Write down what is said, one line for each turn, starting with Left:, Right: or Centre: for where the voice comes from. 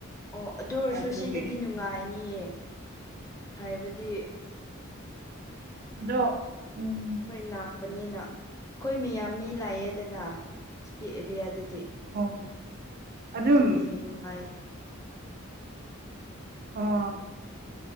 Left: ꯑꯣ ꯑꯗꯨ ꯑꯣꯏꯔꯁꯨ
Right: ꯑꯗꯨꯒꯤ
Left: ꯁꯤꯗꯗꯤ ꯅꯨꯡꯉꯥꯏꯅꯤꯌꯦ ꯍꯥꯏꯕꯗꯤ
Right: ꯑꯗꯣ ꯎꯝ
Left: ꯍꯣꯏ ꯂꯥꯛꯄꯅꯤꯅ ꯑꯩꯈꯣꯏ ꯃꯤꯌꯥꯝ ꯃꯤ ꯂꯥꯛꯑꯦꯗꯅ ꯁꯤ ꯑꯦꯔꯤꯌꯥꯗꯗꯤ
Right: ꯑꯣ ꯑꯗꯨ ꯑꯗꯨꯝ
Left: ꯑꯗꯨꯒꯤ ꯅꯨꯡꯉꯥꯏꯅꯤꯌꯦ
Right: ꯑꯣ